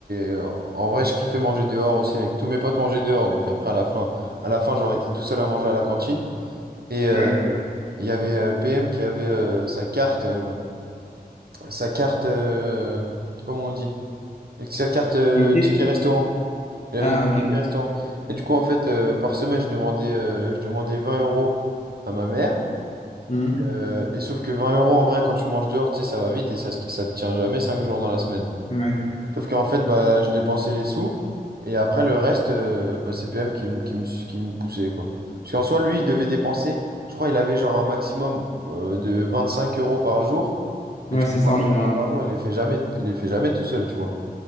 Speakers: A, on the right; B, on the left.
A: euh, en vrai, je kiffais manger dehors aussi avec tous mes potes manger dehors. Donc après, à la fin, à la fin, j'aurais été tout seul à manger à la cantine. Et euh,
B: Ouais.
A: il y avait euh, PM qui avait euh, sa carte, euh, sa carte, euh, comment on dit? Avec Sa carte euh,
B: L'idée?
A: ticket restaurant. Il
B: Ah,
A: avait une carte
B: ok.
A: ticket restaurant. Et du coup, en fait, euh, par semaine, je demandais, euh, je demandais 20 euros à ma mère.
B: Hmm.
A: Euh, et sauf que 20 euros en vrai, quand tu manges dehors, tu sais, ça va vite et ça, se- ça te tient jamais 5 jours dans la semaine.
B: Ouais.
A: Sauf qu'en fait, bah, je dépensais les sous et après le reste, euh, bah, c'est PM qui, me- qui me, qui me poussait quoi. Parce qu'en soi, lui, il devait dépenser, je crois, il avait genre un maximum euh, de 25 euros par jour. Mais
B: Ouais,
A: du
B: c'est
A: coup,
B: ça
A: 25
B: en général.
A: euros par jour, il les fait jamais, il les fait jamais tout seul, tu vois.